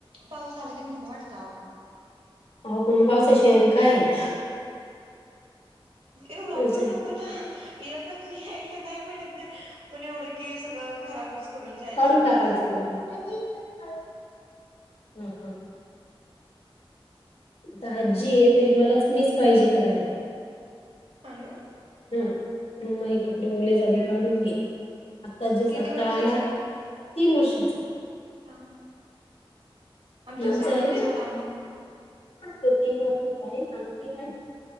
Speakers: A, on the right; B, on the left.
A: पाऊस आंला की नको वाटतं आओ.
B: हो पण मग पावसाशिवाय बी काये
A: एवढा
B: असं
A: पण
B: आहे.
A: नको ना येना तू यायला नाही म्हणत नाही. पण एवढं की सगळं खराबच करून जाय
B: काढून टाका आजीकडे हम्म हम्म इथं आजी आहे तरी मलाच मीच पाहिजे करायला.
A: हा ना
B: हो मग म्हणे कपडे ओले झाले काढून दे आत्ता जसं
A: किती
B: आता
A: वर्षाच
B: आला
A: आहे
B: तीन वर्षाचा
A: हा आमच्या
B: तीनचा
A: सर्वज्ञ
B: आहे
A: एवढा मग
B: तो तीन वर्षचा आहे आणि ती